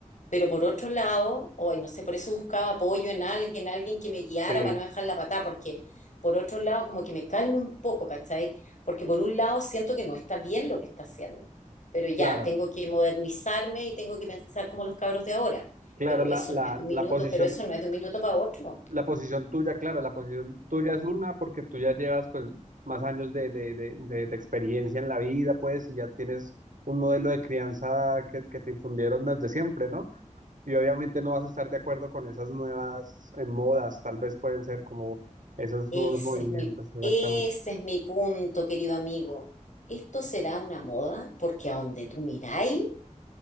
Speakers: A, on the left; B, on the right.
A: Pero por otro lado, hoy no sé, por eso buscaba apoyo en alguien, alguien que me guiara
B: Sí,
A: para no dejar la patada, porque por otro lado, como que me calme un poco, ¿cachai? Porque por un lado siento que no está bien lo que está haciendo, pero ya,
B: claro,
A: tengo que modernizarme y tengo que pensar como los cabros de ahora,
B: claro,
A: pero
B: la,
A: eso
B: la,
A: no es de un minuto,
B: la posición.
A: pero eso no es de un minuto para otro.
B: La posición tuya, claro, la posición tuya es una porque tú ya llevas pues más años de, de, de, de- de experiencia en la vida, pues, y ya tienes un modelo de crianza que, que te infundieron desde siempre, ¿no? Y obviamente no vas a estar de acuerdo con esas nuevas eh, modas, tal vez pueden ser como esos
A: Ese
B: nuevos movimientos,
A: es mi,
B: exactamente.
A: ese es mi punto, querido amigo. ¿Esto será una moda? Porque a donde tú miráis,